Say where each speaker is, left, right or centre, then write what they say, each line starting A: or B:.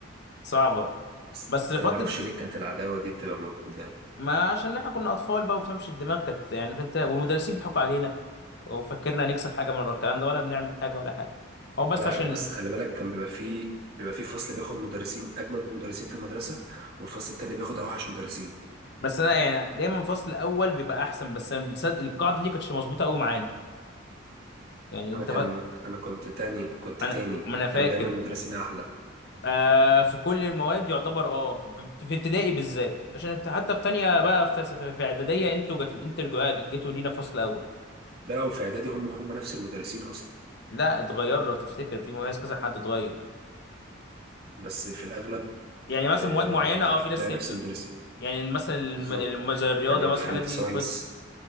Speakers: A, on the left; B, on the right.
A: صعبه
B: بس,
A: بس
B: بس
A: فتره
B: انا ما اعرفش ليه كانت العداوه دي بتبقى موجوده يعني
A: ما عشان احنا كنا اطفال بقى وتمشي الدماغ كانت يعني فانت والمدرسين بيضحكوا علينا وفكرنا هنكسب حاجه من ورا الكلام ده ولا بنعمل حاجه ولا حاجه هو بس
B: ولا
A: عشان
B: حاجه بس خلي بالك كان بيبقى فيه بيبقى فيه فصل بياخد مدرسين اجمد مدرسين في المدرسه والفصل التاني بياخد اوحش مدرسين
A: بس انا يعني دايما الفصل الاول بيبقى احسن بس أنا تصدق القاعده دي كانتش مظبوطه قوي معانا يعني
B: انا
A: انت
B: كان
A: فا...
B: انا كنت تاني كنت
A: انا
B: تاني
A: ما انا فاكر
B: كان دايما مدرسين احلى
A: آه في كل المواد يعتبر اه في في ابتدائي بالذات عشان انت حتى في تانية بقى في تس- في في اعداديه انتوا جت انتوا جوا- جيتوا لينا فصل اول
B: لا وفي اعدادي هم هم نفس المدرسين اصلا
A: لا اتغير لو تفتكر في مميز كذا حد اتغير
B: بس في الاغلب
A: يعني مثلا
B: آه
A: مواد معينه
B: كنت
A: اه
B: هتلاقي
A: في ناس سبتوا
B: نفس المدرسين
A: يعني مثلا الم-
B: بالظبط
A: الم- زي الرياضه
B: يعني
A: مثلا
B: في الساينس
A: الحاجات دي فض-